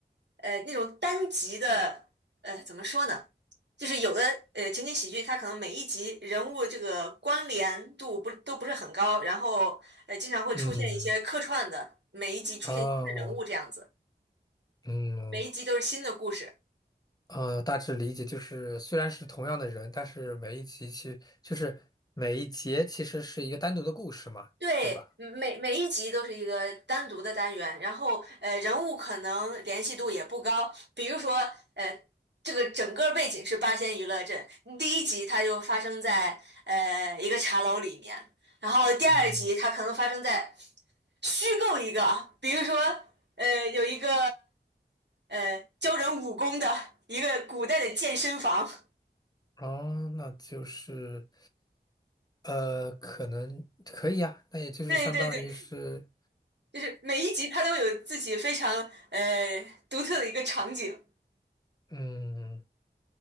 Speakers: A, on the right (about 80°); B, on the left (about 20°).
A: 呃那种单集的呃怎么说呢？就是有的呃情景喜剧，它可能每一集人物这个关联度不都不是很高，然后呃经常会出现一些客串的，
B: 嗯，
A: 每一集出现新的人物这样子，
B: 哦。嗯
A: 每一集都是新的故事。
B: 呃，大致理解就是，虽然是同样的人，但是每一集其实就是每一节其实是一个单独的故事嘛，
A: 对，
B: 对吧？
A: 嗯每每一集都是一个单独的单元，然后呃，人物可能联系度也不高。比如说，呃，这个整个背景是八仙娱乐镇，嗯第一集它就发生在呃一个茶楼里面，然后第二集它可能发生在
B: 嗯，
A: 虚构一个啊，比如说呃有一个呃教人武功的一个古代的健身房。
B: 哦，那就是呃，可能可以啊，那也就是相当于是
A: 对对对，就是每一集它都有自己非常呃独特的一个场景。
B: 嗯。